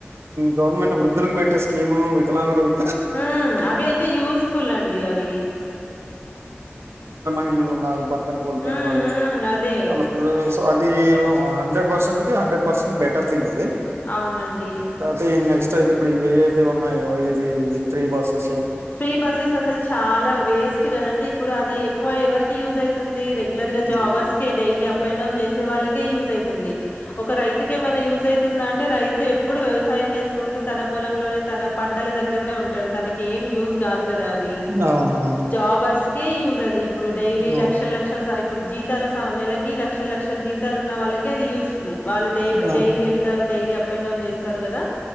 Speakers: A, on the right (about 85°); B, on the left (about 40°).
A: గవర్నమెంట్ వృద్ధులకు పెట్ ఇగ స్కీము వికలాంగులకు పెట్
B: హ అవి అయితే యూస్ ఫుల్ అండి అవి
A: పిల్లలు ఉన్నారు బర్త్ భర్త ను కోల్పోయిన
B: హ్మ్.
A: వాళ్ళు
B: హ్మ్. అదే.
A: వాళ్ళ పిల్లలు స్ అది ఏవో హండ్రెడ్ పర్సెంట్ కి హండ్రెడ్ పర్సెంట్ బెటర్ థింగ్ అది
B: అవునండి
A: కాకపోతే ఈ నెక్స్ట్ అయితే ఇప్పుడు ఏ అయితే ఉన్నాయో ఏ ఏది ఫ్రీ బసెస్
B: ఫ్రీ బస్సెస్ అసలు చాలా వేస్ట్ గదండి ఇప్పుడు అది ఎక్కువ ఎవరికి యూజ్ అయితుంది రెగ్లర్
A: ఉమ్.
B: జాబర్స్ కె డైలీ అప్ అప్అండ్ డౌన్ చేసే వాళ్ళకే యూజ్ అయితుంది ఒక రైతుకు ఏమైనా యూజ్ అయి తున్ అంటే రైతు ఎప్పుడు వ్యవసాయం చేసుకుంటూ తన పొలంలోనే తన పంటల దగ్గరనే ఉంటాడు తనకి కేమ్ యూజ్ గాధ్ ఉంది గదా అది
A: అవునవును
B: జాబర్స్ కే యూజ్ అది ఇప్పుడు డైలీ
A: అవు-
B: లక్షల్ లక్షల్ సా ఇప్పుడు జీతాలు నెలకి లక్షల లక్షల జీతాలు ఉన్నవాళ్ళకే అది యూజ్ వాళ్ళు డై
A: ఆ
B: డైలీ వెళ్తారు daily up up and down చేస్తారు కదా